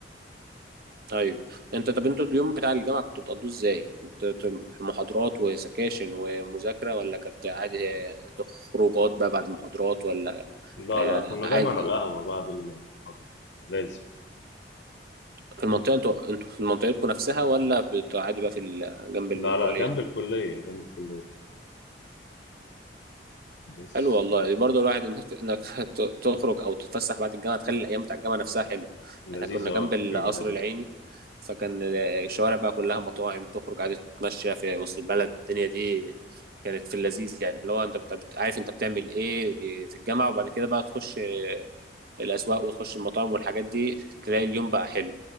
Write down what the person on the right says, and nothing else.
ايوه انت طب انتوا اليوم بتاع الجامعه كنتوا بتقضوه ازاي كنت- كنت محاضرات وسكاشن ومذاكره ولا كانت عادي آه، خروجات بقى بعد المحاضرات ولا
آه،
عادي
في المنطقه انتوا انتوا في منطقتكم نفسها ولا بت- عادي بقى في ال- جنب الكليه
حلو والله برضه الواحد انك إنك <laughs> ت- تخرج او تتفسح بعد الجامعه تخلي الايام بتاع الجامعه نفسها حلوه
احنا كنا جنب
القصر
العيني فكان الشوارع بقى كلها مطاعم تخرج عادي تتمشى في وسط البلد الدنيا دي كانت في اللذيذ يعني اللي هو انت بت- بت- عارف انت بتعمل ايه إيه في الجامعه وبعد كده بقى تخش آه، الاسواق وتخش المطاعم والحاجات دي تلاقي اليوم بقى حلو